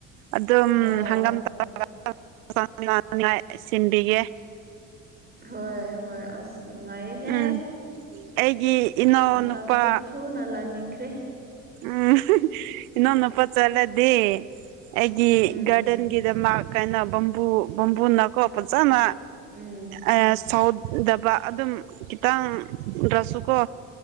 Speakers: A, on the right (about 75°); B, on the right (about 20°).
A: ꯑꯗꯨꯝ
B: ꯍꯣꯏ
A: ꯍꯪꯒꯥꯝ <unintelligible> ꯁꯤꯟꯕꯤꯒꯦ
B: ꯍꯣꯏ ꯍꯣꯏ ꯑꯁ ꯅꯨꯡꯉꯥꯏꯌꯦꯍꯦ
A: ꯎꯝ ꯑꯩꯒꯤ ꯏꯅꯥꯎꯅꯨꯄꯥ
B: ꯃꯇꯝꯁꯨ ꯊꯨꯅ ꯂꯥꯛꯅꯤꯡꯈ꯭ꯔꯦ
A: ꯎꯝ ꯏꯅꯥꯎꯅꯨꯄꯥ ꯆꯠꯂꯗꯤ ꯑꯩꯒꯤ
B: ꯎꯝ
A: ꯒꯥꯔꯗꯦꯟꯒꯤꯗꯃꯛ ꯀꯥꯏꯅ ꯕꯝꯕꯨ ꯕꯝꯕꯨꯅꯀꯣ ꯐꯖꯅ
B: ꯎꯝ
A: ꯑꯥ ꯁꯥꯎꯠ ꯗꯕ ꯑꯗꯨꯝ ꯈꯤꯇꯪꯗ꯭ꯔꯁꯨꯀꯣ